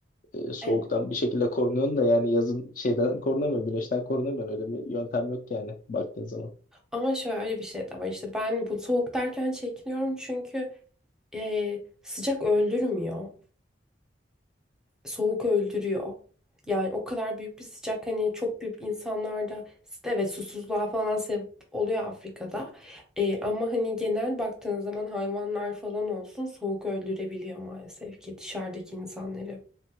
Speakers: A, on the left (about 45°); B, in the centre.
A: e, soğuktan
B: Evet.
A: bir şekilde korunuyorsun da yani yazın şeyden korunamıyorsun, güneşten korunamıyorsun. Öyle bir yöntem yok yani baktığın zaman.
B: Ama şöyle bir şey de var. İşte ben bu soğuk derken çekiniyorum çünkü e, sıcak öldürmüyor. Soğuk öldürüyor. Yani o kadar büyük bir sıcak hani çok büyük insanlarda evet susuzluğa falan sebep oluyor Afrika'da. E, ama hani genel baktığın zaman hayvanlar falan olsun soğuk öldürebiliyor maalesef ki dışarıdaki insanları.